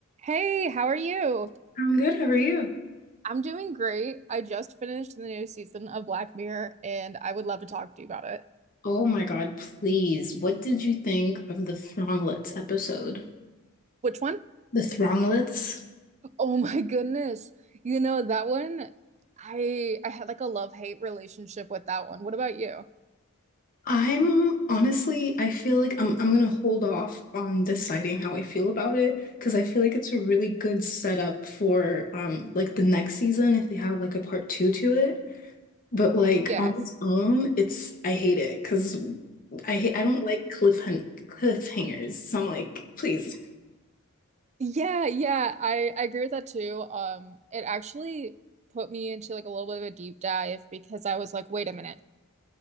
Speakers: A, on the right; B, on the left.
A: Hey, how are you?
B: I'm good. How are you?
A: I'm doing great. I just finished the new season of Black Mirror and I would love to talk to you about it.
B: Oh my God, please. What did you think of the Thronglets episode?
A: Which one? <laughs>
B: The Thronglets?
A: Oh my goodness. You know that one, I I had like a love-hate relationship with that one. What about you?
B: I'm honestly, I feel like I'm I'm gonna hold off on deciding how I feel about it because I feel like it's a really good setup for um like the next season if they have like a part two to it. But like
A: Yes.
B: on its own, it's I hate it because I hate I don't like cliffhang cliffhangers. So I'm like, please,
A: Yeah, yeah, I I agree with that too. Um it actually put me into like a little bit of a deep dive because I was like, wait a minute.